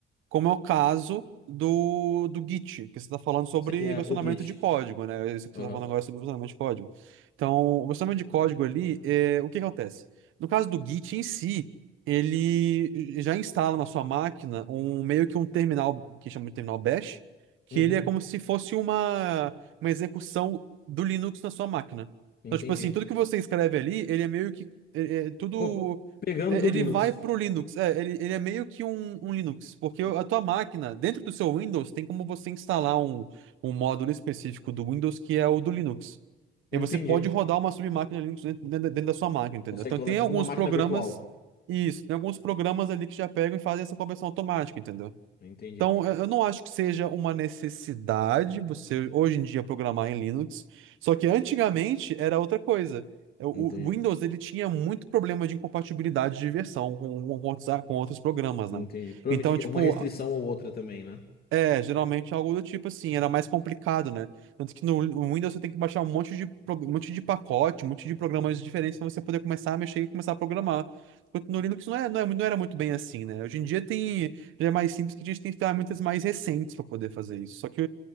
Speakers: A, on the right; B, on the left.
A: como é o caso do, do Git, que você está falando sobre
B: Sim, é,
A: versionamento
B: o Git.
A: de código, né? É Isso que
B: Aham.
A: você está falando agora é sobre versionamento de código. Então, o versionamento de código ali, é, o que acontece? No caso do Git em si, ele já instala na sua máquina um meio que um terminal, que chama de terminal bash, que
B: Uhum.
A: ele é como se fosse uma, uma execução do Linux na sua máquina.
B: Entendi.
A: Então, tipo assim, tudo que você escreve ali, ele é meio que. é- é tudo.
B: Co- pegando
A: É,
B: do Linux.
A: Ele vai pro Linux. É, ele, ele é meio que um, um Linux, porque
B: O-
A: a tua máquina, dentro do seu Windows, tem como você instalar um, um módulo específico do Windows que é o do Linux.
B: Entendi.
A: E você pode rodar uma submáquina Linux dentro, dentro dentro da sua máquina, entendeu?
B: Consegue
A: Então
B: rodar
A: tem
B: tipo
A: alguns
B: uma máquina
A: programas,
B: virtual.
A: isso, tem alguns programas ali que já pegam e fazem essa conversão automática, entendeu?
B: Entendi.
A: Então, eu eu não acho que seja uma necessidade você hoje em dia programar em Linux, só que antigamente era outra coisa. O
B: Entendi.
A: o Windows ele tinha muito problema de incompatibilidade de versão com, com outros, com outros programas,
B: Entendi.
A: né?
B: Provavelmente
A: Então, tipo,
B: alguma restrição ou outra também, né?
A: é, geralmente é algo do tipo assim, era mais complicado, né? Tanto que no no Windows você tem que baixar um monte de, pro- um monte de pacote, um monte de programas diferentes para você poder começar a mexer e começar a programar. Enquanto no Linux não é, não é, não era muito bem assim, né? Hoje em dia tem, já é mais simples que a gente tem ferramentas mais recentes para poder fazer isso. Só que,